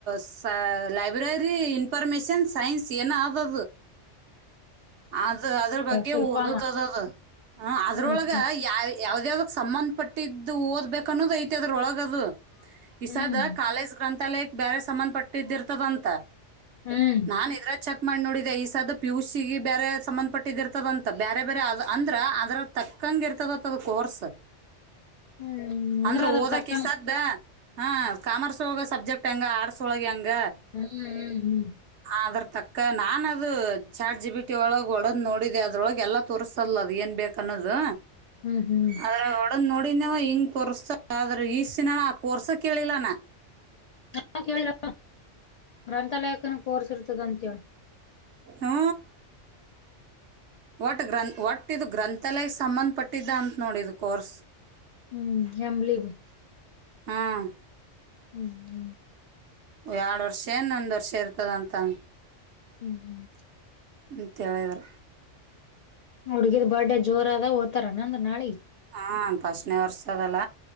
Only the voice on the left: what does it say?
ಫುಲ್ಫಾಮ
ಹ್ಮ್
ಹ್ಮ್ ಹ್ಮ್
ಹ್ಮ್
ಹ್ಮ್ ಅಂದ್ರ
ಅದ್ರ
ತಕ್ಕಂಗ
ಹ್ಮ್ ಹ್ಮ್ ಹ್ಮ್
ಹ್ಮ್ ಹ್ಮ್
ನಾ ಕೇಳ ಗ್ರಂಥಾಲಯಕ್ಕನ ಕೋರ್ಸಿ ಇರ್ತದ ಅಂತೇಳಿ
ಹ್ಮ್ ಹೆಮಲಿಬ <unintelligible>
ಹ್ಮ್ ಹ್ಮ್
ಹ್ಮ್ ಹ್ಮ್
ಹುಡುಗಿದ ಬರ್ಡೇ ಜೋರ ಅದ ಹೋಗ್ತಾರಾನ ನಂದ್ರ ನಾಳಿಗೆ